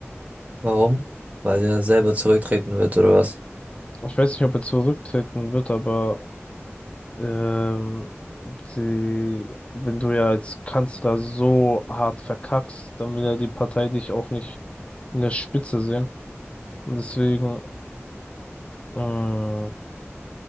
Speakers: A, on the right (about 35°); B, on the left (about 25°).
A: Warum? Weil der selber zurücktreten wird oder was?
B: Ich weiß nicht, ob er zurücktreten wird, aber ähm, sie, wenn du ja als Kanzler so hart verkackst, dann will ja die Partei dich auch nicht in der Spitze sehen. Und deswegen Mm,